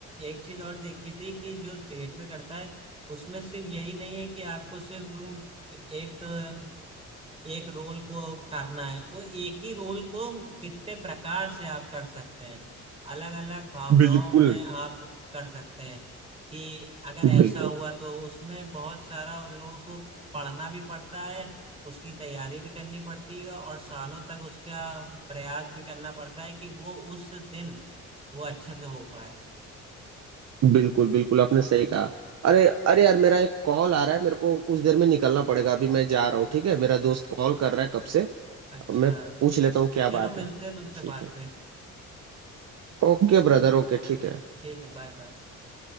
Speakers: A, on the right; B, on the right.
A: एक चीज और देखी थी कि जो थिएटर करता है उसमें सिर्फ यही नहीं है कि आपको सिर्फ एक एक रोल को करना है वो एक ही रोल को कितने प्रकार से आप कर सकते हैं अलग अलग भावनाओं
B: बिल्कुल
A: में आप कर सकते हैं कि अगर
B: बिल्कुल
A: ऐसा हुआ तो उसमें बहुत सारा उन लोगों को पढ़ना भी पड़ता है उसकी तैयारी भी करनी पड़ती है और सालों तक उसका प्रयास भी करना पड़ता है कि वो उस दिन वो अच्छे से हो पाए
B: बिल्कुल बिल्कुल आपने सही कहा अरे अरे यार मेरा एक कॉल आ रहा है मेरे को कुछ देर में निकलना पड़ेगा अभी मैं जा रहा हूँ ठीक है मेरा दोस्त कॉल कर रहा है कब से
A: अच्छा
B: अब मैं पूछ लेता हूँ क्या
A: चलो
B: बात
A: मिलते
B: है
A: हैं तुमसे
B: ठीक
A: बात
B: है
A: पे
B: ओके ब्रदर ओके ठीक है
A: ठीक है बाय बाय